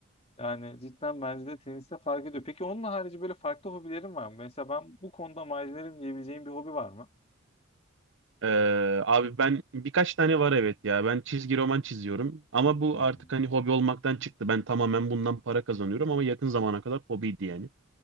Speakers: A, on the left (about 30°); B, on the right (about 65°).
A: Yani cidden bence de teniste fark ediyor. Peki onun harici böyle farklı hobilerin var mı? Mesela ben bu konuda macerim diyebileceğim bir hobi var mı?
B: Ee, abi ben birkaç tane var evet ya. Ben çizgi roman çiziyorum. Ama bu
A: Hmm.
B: artık hani hobi olmaktan çıktı. Ben tamamen bundan para kazanıyorum ama yakın zamana kadar hobiydi yani.